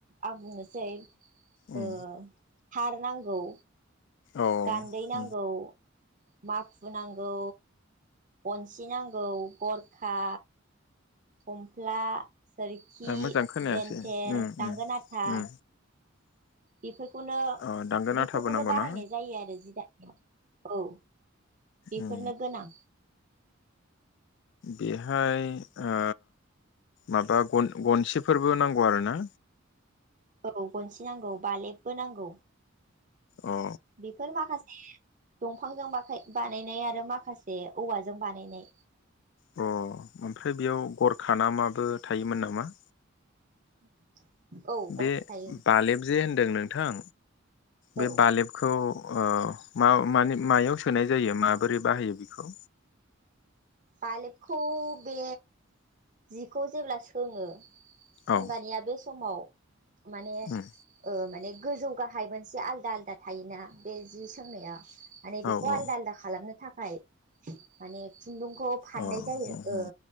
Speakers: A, on the right; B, on the left.
A: आं बुंनोसै
B: उम
A: ओ हार नांगौ
B: औ
A: गान्दै नांगौ
B: उम
A: माखु नांगौ गनसि नांगौ गरखा फमफ्ला सोरखि
B: ओ मोजां खोनायासै
A: जेन्थेर
B: उम
A: दांगोन
B: उम
A: आथा
B: उम
A: इफोर खोनो
B: अ दांगोना
A: बेफोरखौनो
B: थाबोनांगौना
A: बाहायनाय जायो आरो जि दा औ औ बेफोरनो
B: उम
A: गोनां
B: बेहाय ओ माबा गन गनसेफोरबो नांगौ आरो ना
A: औ गनसि नांगौ बालेबबो नांगौ
B: अ
A: बेफोर माखासे दंफांजों बानायनाय आरो माखासे औवाजों बानायनाय
B: अ ओमफ्राय बेयाव गरखा ना माबो थायोमोन नामा?
A: <inaudible>
B: बे
A: गरखा थायो
B: बालेब जे होनदों नोंथां बे
A: औ
B: बालेबखौ अ मा माने मायाव सोनाय जायो माबोरै बाहायो बेखौ
A: बालेबखौ बे जिखौ जेब्ला सोङो
B: औ
A: होमबानिया बे समाव <inaudible> माने
B: उम
A: ओ माने गोजौ गाहाय मोनसे आलदा आलदा थायोना बे जि सोंनाया माने
B: औ
A: बेखौ
B: औ
A: आलदा आलदा खालामनो था खाय माने खुन्दुंखौ फाननाय
B: अ
A: जायो
B: उम
A: ओ
B: उम